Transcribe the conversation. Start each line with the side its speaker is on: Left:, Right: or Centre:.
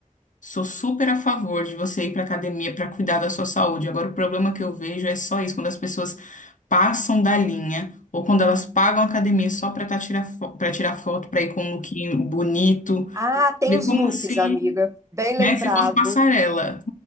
Left: Sou super a favor de você ir para academia para cuidar da sua saúde. Agora, o problema que eu vejo é só isso, quando as pessoas passam da linha ou quando elas pagam a academia só para tirar para tirar foto, para ir com um lookinho bonito,
Right: Ah, tem
Left: de
Right: os
Left: como
Right: looks,
Left: se,
Right: amiga. Bem lembrado.
Left: né, se fosse passarela.